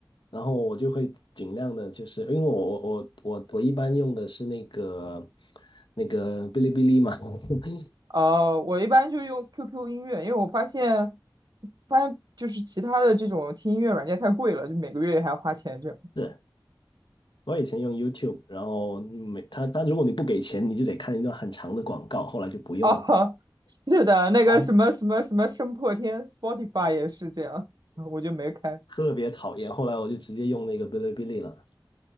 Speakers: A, on the left; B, on the right.
A: 然后我就会尽量的，就是因为我我我我我一般用的是那个那个哔哩哔哩嘛，<laughs>
B: 呃，我一般就用 QQ 音乐，因为我发现，发现就是其他的这种听音乐软件太贵了，就每个月还要花钱这样。
A: 是我以前用 YouTube，然后每他他如果你不给钱，你就得看一段很长的广告，后来就不用了，
B: 哦，<laughs> 是的，那个什么什么什么声破天，Spotify
A: 反正
B: 也是这样，<laughs> 我就没开。
A: 特别讨厌。后来我就直接用那个哔哩哔哩了，